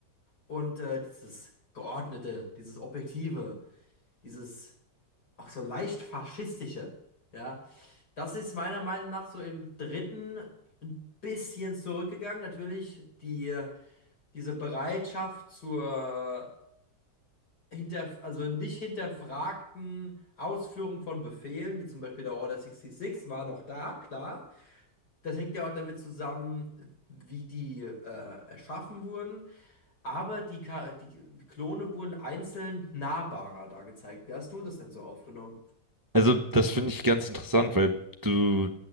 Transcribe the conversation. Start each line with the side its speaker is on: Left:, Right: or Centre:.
Left: und äh, dieses Geordnete, dieses Objektive, dieses auch so leicht faschistische, ja, das ist meiner Meinung nach so im dritten ein bisschen zurückgegangen. Natürlich, die äh, diese Bereitschaft zur hinter, also nicht hinterfragten Ausführung von Befehlen, wie zum Beispiel der Order 66, war noch da, klar. Das hängt ja auch damit zusammen, wie die äh, erschaffen wurden. Aber die, Ka- die Klone wurden einzeln nahbarer da gezeigt. Wie hast du das denn so aufgenommen?
Right: Also, das finde ich ganz interessant, weil du